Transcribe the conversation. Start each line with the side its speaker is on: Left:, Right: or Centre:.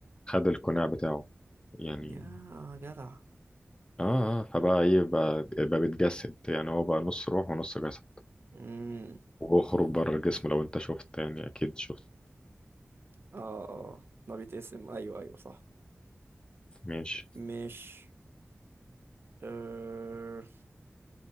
Left: القناع بتاعه يعني
Right: يا جدع
Left: اه آه، فبقى ايه بقى, بقى بيتجسد يعني هو بقى نص روح ونص جسد
Right: امم
Left: وبيخرج بره الجسم لو انت شفت يعني اكيد شفت
Right: اه اه ده بيتقسم ايوه ايوه صح
Left: ماشي
Right: مش أه...